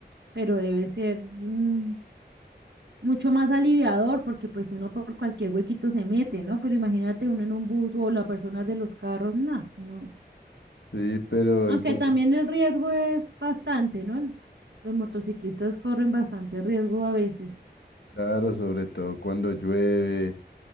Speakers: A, on the right; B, on the left.
A: pero debe ser mm, mucho más aliviador, porque pues uno por cualquier huequito se mete, ¿no? Pero imagínate uno en un bus o la persona de los carros, nada, no.
B: Sí, pero
A: Aunque
B: ¿y por
A: también
B: qué?
A: el riesgo es bastante, ¿no? El- los motociclistas corren bastante riesgo a veces.
B: Claro, sobre todo cuando llueve,